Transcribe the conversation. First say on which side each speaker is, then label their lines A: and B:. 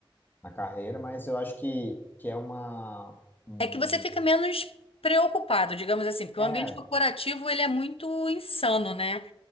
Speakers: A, on the left; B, on the left.
A: na carreira, mas eu acho que, que é uma... um-
B: É que você fica menos preocupado, digamos assim, porque
A: um-
B: o ambiente
A: é,
B: corporativo ele é muito insano, né?